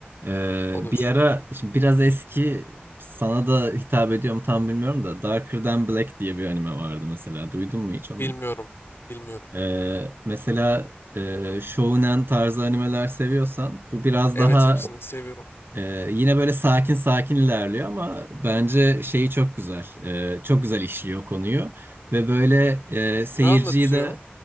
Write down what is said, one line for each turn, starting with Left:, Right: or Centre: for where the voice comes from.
Right: Ee,
Left: Olur.
Right: bir ara şimdi biraz eski sana da hitap ediyorum tam bilmiyorum da Darker Than Black diye bir anime vardı mesela. Duydun mu hiç onu?
Left: Bilmiyorum. Bilmiyorum.
Right: Ee, mesela e, Shonen tarzı animeler seviyorsan bu biraz
Left: Evet
Right: daha
Left: hepsini seviyorum.
Right: Ee, yine böyle sakin sakin ilerliyor ama bence şeyi çok güzel. Ee, çok güzel işliyor konuyu. Ve böyle e, seyirciyi
Left: Ne anlatıyor?
Right: de